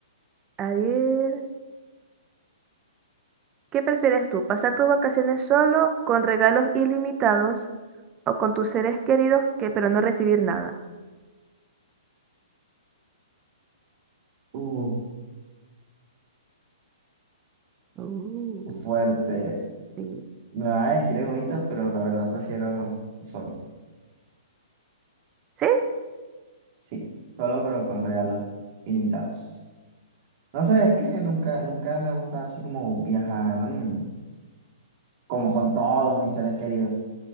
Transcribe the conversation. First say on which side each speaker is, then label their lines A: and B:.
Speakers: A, on the right; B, on the right.
A: A ver. ¿Qué prefieres tú? ¿Pasar tus vacaciones solo, con regalos ilimitados o con tus seres queridos que pero no recibir nada?
B: Uh,
A: Uh,
B: fuerte.
A: sí.
B: Me van a decir egoísta, pero la verdad prefiero solo.
A: ¿Sí?
B: Sí, solo pero con regalos ilimitados. No sé, es que nunca, nunca me gusta así como viajar, mm, como con todos mis seres queridos.